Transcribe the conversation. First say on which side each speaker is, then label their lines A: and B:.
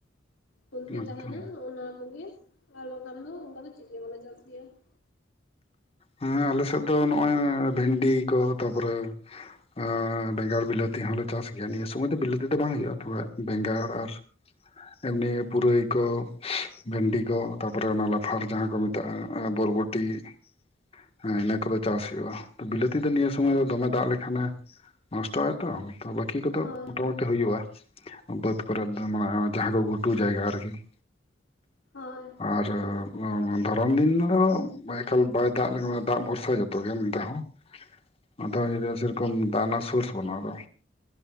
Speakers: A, on the left; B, on the left.
A: ᱠᱩᱸᱱᱫᱽᱨᱤ
B: ᱮᱠᱫᱚᱢ
A: ᱛᱟᱦᱮᱱᱟ ᱚᱱᱟ ᱠᱚᱜᱮ ᱟᱨ ᱵᱟᱝᱠᱷᱟᱱ ᱫᱚ ᱚᱱᱠᱟ ᱫᱚ ᱪᱮᱫ ᱜᱮ ᱵᱟᱞᱮ ᱪᱟᱥ ᱜᱮᱭᱟ ᱾
B: ᱦᱮᱸ, ᱟᱞᱮ ᱥᱮᱫ ᱫᱚ ᱱᱚᱜᱼᱚᱭ ᱵᱷᱮᱱᱰᱤ ᱠᱚ ᱛᱟᱯᱚᱨᱮ ᱟᱨ ᱵᱮᱸᱜᱟᱲ ᱵᱤᱞᱟᱹᱛᱤ ᱦᱚᱸᱞᱮ ᱪᱟᱥ ᱜᱮᱭᱟ, ᱱᱤᱭᱟᱹ ᱥᱚᱢᱚᱭ ᱫᱚ ᱵᱤᱞᱟᱹᱛᱤ ᱫᱚ ᱵᱟᱝ ᱦᱩᱭᱩᱜᱼᱟ ᱛᱷᱚᱲᱟ ᱵᱮᱸᱜᱟᱲ ᱟᱨ ᱮᱢᱱᱤ ᱯᱩᱨᱟᱹᱭ ᱠᱚ, ᱵᱷᱮᱱᱰᱤ ᱠᱚ ᱛᱟᱯᱚᱨᱮ ᱚᱱᱟ ᱞᱟᱯᱷᱟᱨ ᱡᱟᱦᱟᱸ ᱠᱚ ᱢᱮᱛᱟᱜᱼᱟ ᱵᱚᱨᱵᱚ ᱴᱤ ᱾ ᱦᱮᱸ ᱤᱱᱟᱹ ᱠᱚᱫᱚ ᱪᱟᱥ ᱦᱩᱭᱩᱜᱼᱟ, ᱵᱤᱞᱟᱹᱛᱤ ᱫᱚ ᱱᱤᱭᱟᱹ ᱥᱚᱢᱚᱭ ᱫᱚ ᱫᱚᱢᱮ ᱫᱟᱜ ᱞᱮᱠᱷᱟᱱᱮ ᱱᱚᱥᱴᱚ ᱟᱭᱛᱚ ᱛᱚ ᱵᱟᱹᱠᱤ ᱠᱚᱫᱚ
A: ᱦᱳᱭ
B: ᱢᱚᱴᱟ
A: ᱦᱳᱭ
B: ᱢᱩᱴᱤ ᱦᱩᱭᱩᱜᱼᱟ ᱾ ᱵᱟᱹᱫ ᱠᱚᱨᱮᱜ ᱫᱚ ᱱᱚᱣᱟ ᱡᱟᱦᱟᱸ ᱠᱚ ᱜᱷᱩᱴᱩ ᱡᱟᱭᱜᱟ ᱟᱨᱠᱤ ᱾
A: ᱦᱳᱭ ᱾
B: ᱟᱨ ᱱᱳᱣᱟ ᱱᱳᱣᱟ ᱫᱷᱚᱨᱚᱱ ᱫᱤᱱ ᱫᱚ ᱵᱟᱭ ᱮᱠᱟᱞ ᱵᱟᱭ ᱫᱟᱜ ᱞᱮᱠᱷᱟ ᱢᱟ ᱫᱟᱜ ᱵᱷᱚᱨᱥᱟ ᱡᱚᱛᱚ ᱜᱮ ᱚᱱᱚᱛᱮ ᱦᱚᱸ ᱾ ᱱᱚᱛᱮ ᱦᱚᱸ ᱡᱚᱫᱤᱣ ᱥᱮᱨᱚᱠᱚᱢ ᱫᱟᱜ ᱱᱟᱜ ᱥᱳᱨᱥ ᱵᱟᱹᱱᱩᱜᱼᱟ, ᱟᱫᱚ